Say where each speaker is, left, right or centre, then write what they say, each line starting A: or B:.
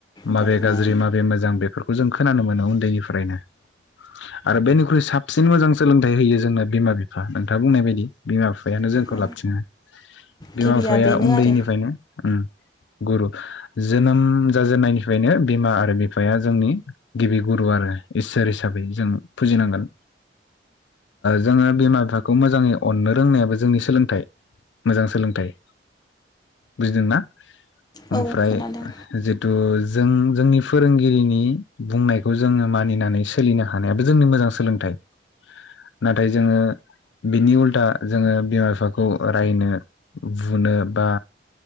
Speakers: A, on the left; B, on the left.
A: माबे
B: बुंनाय
A: गाज्रि माबे मोजां बेफोरखौ खोनानो मोनो उन्दैनिफ्रायनो आरो बेनिख्रुइ साबसिन मोजां सोलोंथाइ होयो जोंनो बिमा बिफा नोंथाङा बुंनाय बायदि बिमा बि बिमा बिफायानो जोंखौ
B: औ
A: लाबथिङो बिमा
B: गिबिया
A: बिफाया
B: बेनो
A: उन्दैनिफ्रायनो
B: आरो
A: ओम गुरु जोनोम जाजेननायनिफ्रायनो बिमा आरो बिफाया जोंनि गिबि गुरु आरो इसोर हिसाबै जों फुजिनांगोन जोङो बिमा बिफाखौ मोजाङै अननो रोंनायाबो जोंनि सोलोंथाइ मोजां सोलोंथाइ बुजिदोंना। ओमफ्राय
B: औ खोनादों
A: जिथ जों जोंनि फोरोंगिरिनि बुंनायखौ जोङो मानिनानै सोलिनो हानायाबो जोंनि मोजां सोलोंथाइ नाथाय जोङो बिनि उल्था जोङो बिमा बिफाखौ रायनो बुनो बा